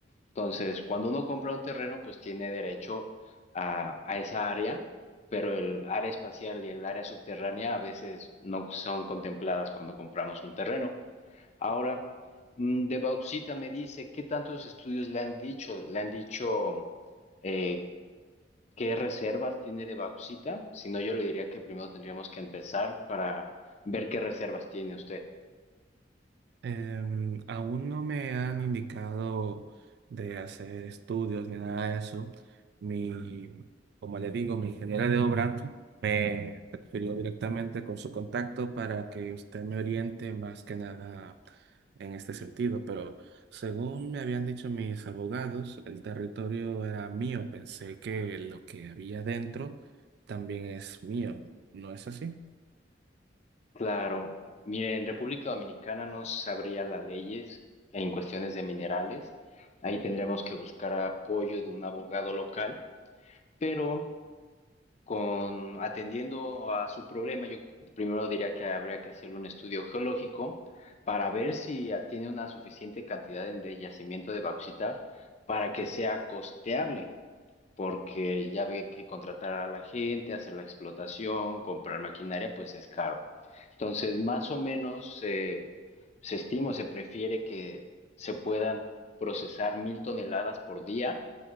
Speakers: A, on the left; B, on the right.
A: Entonces, cuando uno compra un terreno, pues tiene derecho a, a esa área, pero el área espacial y el área subterránea a veces no son contempladas cuando compramos un terreno. Ahora, mm, de Bauxita me dice, ¿qué tantos estudios le han dicho? Le han dicho eh, qué reservas tiene de bauxita. Si no, yo le diría que primero tendríamos que empezar para ver qué reservas tiene usted.
B: Em, aún no me han indicado de hacer estudios ni nada de eso. Mi, como le digo, mi ingeniera de obra me refirió directamente con su contacto para que usted me oriente más que nada en este sentido. Pero según me habían dicho mis abogados, el territorio era mío. Pensé que lo que había dentro también es mío. ¿No es así?
A: Claro, mire, en República Dominicana no sabría las leyes en cuestiones de minerales. Ahí tendríamos que buscar apoyo de un abogado local, pero con atendiendo a su problema, yo primero diría que habría que hacer un estudio geológico para ver si tiene una suficiente cantidad de yacimiento de bauxita para que sea costeable porque ya ve que contratar a la gente, hacer la explotación, comprar maquinaria, pues es caro. Entonces, más o menos se, se estima, o se prefiere que se puedan procesar mil toneladas por día